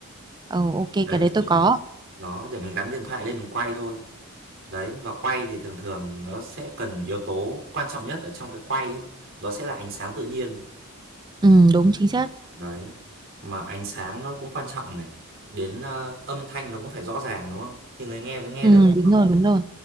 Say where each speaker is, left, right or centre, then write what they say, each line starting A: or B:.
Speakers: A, on the right; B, on the right.
A: ừ, ok
B: đấy
A: cái đấy
B: để
A: tôi có
B: mình đó để mình gắn điện thoại lên mình quay thôi Đấy, và quay thì thường thường nó sẽ cần yếu tố quan trọng nhất ở trong cái quay ấy. Đó sẽ là ánh sáng tự nhiên.
A: ừ, đúng chính xác
B: Đấy, mà ánh sáng nó cũng quan trọng này. Đến ờ, âm thanh nó cũng phải rõ ràng đúng không? Thì người nghe mới nghe
A: ừ,
B: được. đúng
A: đúng
B: không?
A: rồi đúng rồi